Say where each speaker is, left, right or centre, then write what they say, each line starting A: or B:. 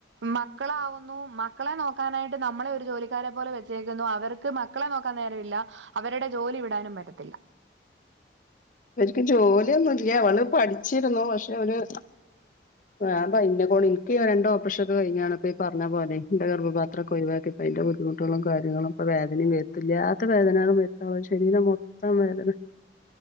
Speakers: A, on the right; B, on the left.
A: മക്കളാവുന്നു മക്കളെ നോക്കാനായിട്ട് നമ്മളെ ഒരു ജോലിക്കാരെ പോലെ വെച്ചേക്കുന്നു അവർ ക്ക് മക്കളെ നോക്കാൻ നേരമില്ല അവരുടെ ജോലി വിടാനും പറ്റത്തില്ല.
B: അവർക്ക് ജോലിയൊന്നുംല്ല അവള് പഠിച്ചിരുന്നു പക്ഷെ അവര് ആ ഞാപറിം ന്നെ കൊണ്ട് ഇൻക്ക് രണ്ട് ഓപ്രഷൊക്കെ കഴിഞ്ഞാണപ്പോ ഈ പർഞ്ഞ പോലെ ന്റെ ഗർഭപാത്രൊക്കെ ഒഴവാക്കി അയ്ന്റ ബുദ്ധിമുട്ടുകളും കാര്യങ്ങളും ഇപ്പ വേദനിം വര്ത്തും ല്ല്യാത്ത വേദനകളുംവര്ത്താവാ ശരീംരംമൊത്തം വേദനെ